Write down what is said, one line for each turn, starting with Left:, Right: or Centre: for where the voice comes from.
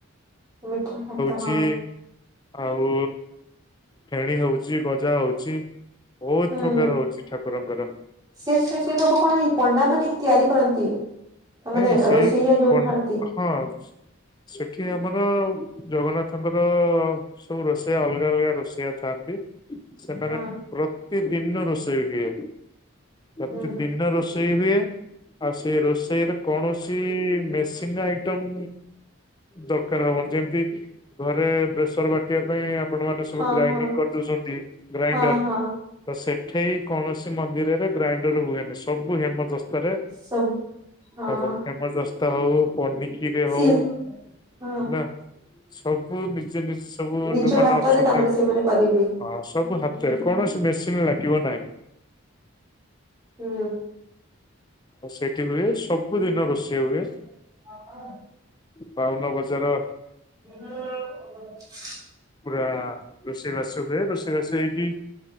Right: ମିଠା ଭାତ।
Left: ଚି,
Right: ହଁ
Left: ଆଉ ଫେଣୀ ହଉଚି, ଗଜା ହଉଚି ବହୁତ
Right: ହୁଁ
Left: ପ୍ରକାର ହଉଚି ଠାକୁରଙ୍କର।
Right: ସେ ସେ ସେ ସବୁ କଣ ଏଇ ପଣ୍ଡା ମାନେ ହିଁ ତିଆରି କରନ୍ତି? ମାନେ
Left: ନାଇଁ ସେଇ
Right: ରୋଷେଇଆ ଯୋଉ
Left: ପନ୍,
Right: ଥାନ୍ତି
Left: ହଁ। ସେଠି ଆମର ଜଗନ୍ନାଥଙ୍କର ସବୁ ରୋଷେଇଆ ଅଲଗା ଅଲଗା ରୋଷେଇଆ ଥାଆନ୍ତି, ସେମାନେ
Right: ହଁ
Left: ପୁରା ପ୍ରତିଦିିନ ରୋଷେଇ ହୁଏ, ପ୍ରତିଦିନ
Right: ହୁଁ
Left: ରୋଷ୍ ଷେଇ ହୁଏ, ଆଉ ସେ ରୋଷେଇର କୌଣସି ମେସିନ୍ ଆଇଟମ୍ ଦରକାର ହବନି, ଯେମ୍ ତି ଘରେ ବେସର ବାଟିବା ପାଇଁ ଆପଣ ମାନେ ସବୁ
Right: ହଁ
Left: ଗ୍ରାଇଣ୍ଡିଙ୍ଗ୍
Right: ହଁ
Left: କରିଦଉଚନ୍ତି, ଗ୍ରାଇଣ୍ଡର
Right: ହଁ
Left: ତ
Right: ହଁ
Left: ସେଠେଇ କୌଣସି ମନ୍ଦିରରେ ଗ୍ରାଇଣ୍ଡର ହୁଏନି, ସବୁ ହେମଦସ୍ତାରେ
Right: ସବୁ ହଁ
Left: ହବ, ହେମଦସ୍ତା ହଉ, ପନିକିରେ
Right: ସିଲ୍
Left: ହଉ ହେଲା।
Right: ହଁ
Left: ସବୁ ନିଜେ ନିଜେ ସବୁ,
Right: ନିଜ
Left: ଯୋଉମାନେ
Right: ହାତରେ
Left: ଅଛନ୍ତି,
Right: ତାମାନେ ସେମାନେ କରିବେ
Left: ଅ ସବୁ ହାତ୍ ତେରେ, କୌଣସି ମେସିନ୍ ଲାଗିବ ନାହିଁ।
Right: ହୁଁ।
Left: ଆଉ ସେଇଠି ହୁଏ, ସବୁଦିନ ରୋଷେଇ ହୁଏ।
Right: ଏ ମାମା?
Left: ବାଉନ ବଜାର
Right: ସେ ଘର ଓଳଉ <unintelligible>
Left: ପୁରା ରୋଷେଇବାସ ହୁଏ, ରୋଷେଇବାସ ହେଇକି